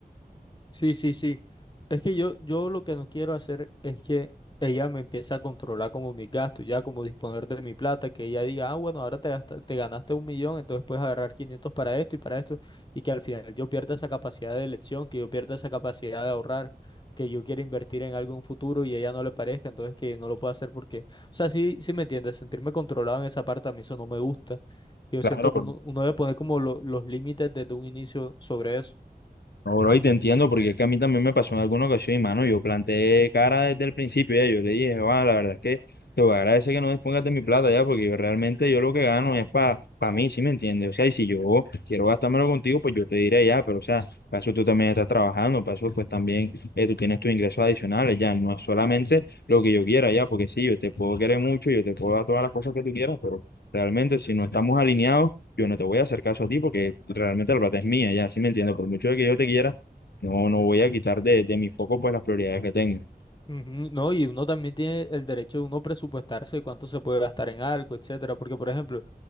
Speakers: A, on the left; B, on the left.
A: Sí, sí, sí. Es que yo, yo lo que no quiero hacer es que ella me empiece a controlar como mis gastos, ya como disponer de mi plata, que ella diga, ah, bueno, ahora te gasta- te ganaste un millón, entonces puedes agarrar 500 para esto y para esto, y que al final yo pierda esa capacidad de elección, que yo pierda esa capacidad de ahorrar, que yo quiera invertir en algo en un futuro y a ella no le parezca, entonces que no lo pueda hacer porque, o sea, sí, sí me entiendes, sentirme controlado en esa parte a mí eso no me gusta. Yo
B: Claro,
A: siento que uno, uno debe poner como lo- los límites desde un inicio sobre eso.
B: No, bro, y te entiendo, porque es que a mí también me pasó en alguna ocasión, y mano, yo planteé cara desde el principio, ya, yo le dije, va, la verdad es que te voy a agradecer que no dispongas de mi plata ya, porque yo realmente yo lo que gano es para mí, ¿sí me entiendes? O sea, y si yo quiero gastármelo contigo, pues yo te diré ya, pero o sea, para eso tú también estás trabajando, para eso pues también eh, tú tienes tus ingresos adicionales, ya, no es solamente lo que yo quiera ya, porque sí, yo te puedo querer mucho, yo te puedo dar todas las cosas que tú quieras, pero realmente si no estamos alineados, yo no te voy a hacer caso a ti porque realmente la plata es mía, ya, sí me entiendo, por mucho de que yo te quiera, no, no voy a quitar de, de mi foco pues las prioridades que tengo.
A: Ujú, No, y uno también tiene el derecho de uno presupuestarse cuánto se puede gastar en algo, etcétera. Porque, por ejemplo,